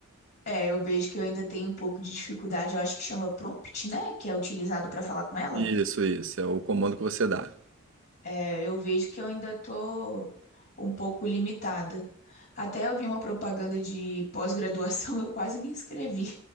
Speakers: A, on the left; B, on the right.
A: É, eu vejo que eu ainda tenho um pouco de dificuldade, eu acho que chama prompt, né? Que é utilizado para falar com ela.
B: Isso, isso. É o comando que você dá.
A: É, eu vejo que eu ainda tô um pouco limitada. Até eu vi uma propaganda de pós-graduação, <laughs> eu quase me inscrevi.